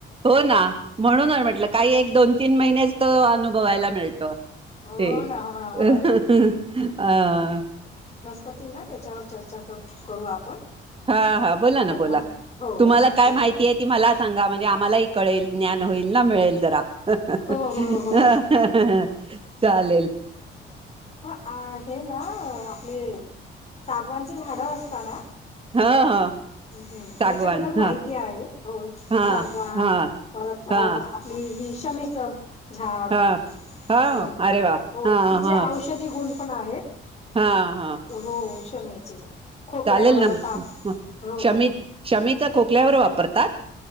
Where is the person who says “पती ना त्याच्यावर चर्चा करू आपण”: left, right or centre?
Left